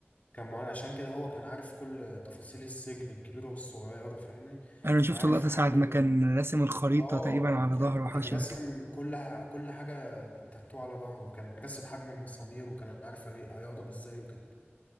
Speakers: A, on the left; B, on the right.
A: كان مهندس عشان كده هو كان عارف كل تفاصيل السجن الكبيرة والصغيرة فاهمني
B: أنا شفت
A: كان عارف
B: اللقطة
A: حجم
B: ساعة ما
A: ال...
B: كان راسم الخريطة
A: اه
B: تقريبا على
A: كان
B: ظهره
A: كان
B: أو حاجة شبه
A: راسم
B: كده
A: كل ح- كل حاجة بالتاتو على ظهره كان راسم حجم المسامير وكان عارف هي- هيهرب ازاي وكده